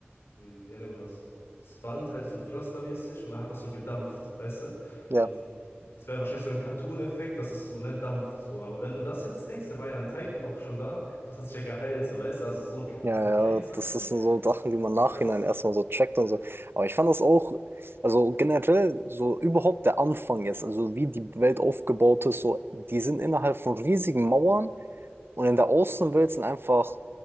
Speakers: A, on the left (about 75°); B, on the right (about 65°).
A: hm, wie nennt man das? Das Band halt so pflastermäßig und dann hat das so gedampft, weißt du?
B: Ja,
A: Und das wäre wahrscheinlich so ein Cartoon-Effekt, dass es so nicht dampft, so. Aber wenn du das jetzt denkst, der war ja in Titan auch schon da, das hat sich ja geheilt, so, weißt du? Also so k-
B: ja,
A: diese kleinen
B: ja,
A: Sachen,
B: das sind so
A: das
B: Sachen, die man
A: so
B: nachhinein
A: krass.
B: erstmal so checkt und
A: Äh,
B: so. Aber ich fand das auch, also generell, so überhaupt der Anfang jetzt, also wie die Welt aufgebaut ist, so, die sind innerhalb von riesigen Mauern. Und in der Außenwelt sind einfach